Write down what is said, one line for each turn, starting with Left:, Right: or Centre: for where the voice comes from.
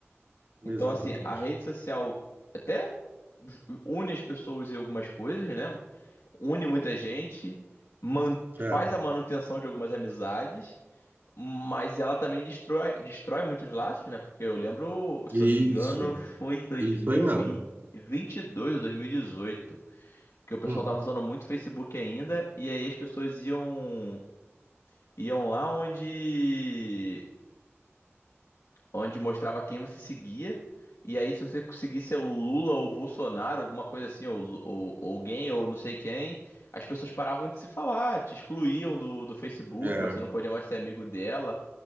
Right: exatamente.
Left: Então, assim, a rede social até ju- une as pessoas em algumas coisas, né? Une muita gente, man-
Right: É,
Left: faz a manutenção de algumas amizades, mas ela também destrói, destrói muitos laços, né? Porque eu lembro, se
Right: isso,
Left: eu não me engano, foi em dois
Right: isso
Left: mil
Right: aí mesmo.
Left: e e vinte e dois ou 2018, que o pessoal
Right: Hum,
Left: tava usando muito Facebook ainda, e aí as pessoas iam, iam lá onde. onde mostrava quem você seguia. E aí, se você seguisse o Lula ou o Bolsonaro, alguma coisa assim, ou, Lu- ou- ou alguém, ou não sei quem, as pessoas paravam de se falar, te excluíam do, do Facebook,
Right: é,
Left: você não podia mais ser amigo dela.